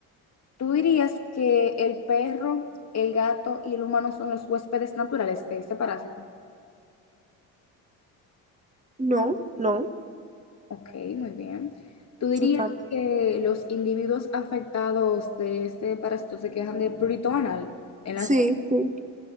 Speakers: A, on the left; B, on the right.
A: tú dirías que el perro, el gato y el humano son los huéspedes naturales de este parásito.
B: No, no,
A: Ok, muy bien. Tú dirías
B: se falta.
A: que los individuos afectados de este parásito se quejan de prurito anal en las
B: Sí, sí.